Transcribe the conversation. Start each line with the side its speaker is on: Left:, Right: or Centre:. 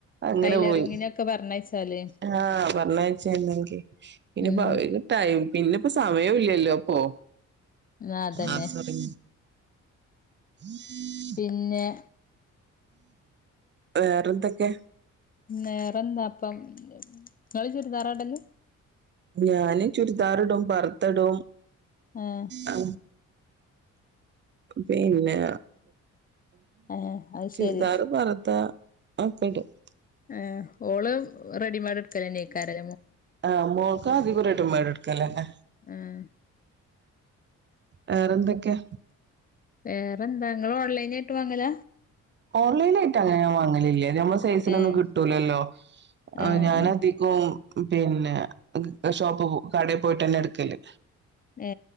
Right: അങ്ങനെ
Left: ടൈലറിങ്ങിനൊക്കെ
Right: പോയി
Left: പറഞ്ഞയച്ചാല്
Right: ആഹ പറഞ്ഞച്ചങ്ക പിന്നപ്പോ
Left: ഉം
Right: ടൈം പിന്നെ സമയം ഇല്ലല്ലോ അപ്പൊ
Left: ആഹ് അതന്നെ
Right: ആഹ ശരി ഉം
Left: പിന്നെ
Right: വേറെന്തൊക്കെ
Left: വേറെ എന്താ അപ്പം ഇങ്ങള് ചുരിദാർ ആണ് ഇട്ടത്
Right: ഞാന് ചുരിദാറിടും പർദ്ദ ഇടും
Left: ആഹ്
Right: ആ പിന്നെ
Left: ഏഹ് അത്
Right: ചുരിദായും,
Left: ശരി
Right: പർദ്ദ ആപ്പടി <inaudible>
Left: ആഏ ഓള് റെഡിമെയ്ഡ്എടുക്കലേ തൈക്കാറ്
Right: ആഹ മോ ആ അതിൂറെ ഡിമെയ്ഡ് എടുക്കലെന്നെ
Left: ആഹ
Right: വേറെന്തൊക്കെയാ
Left: വേറെന്താ നിങ്ങ ഓൺലൈന ആയിട്ട് വാങ്ങല
Right: ഓൺലൈനായിട്ട് അങ്ങനെ വങ്ങലില്ലേ മ്മ സൈസിനൊന്നും
Left: ഏഹ്
Right: കിട്ടൂലല്ലോ
Left: ആഹ്
Right: ഞാന
Left: ആഹ്
Right: അധികം പിന്നെ ഷോപ്പ് കടയിൽ പോയിട്ട്ന്നെ എടുക്കല്
Left: ഏ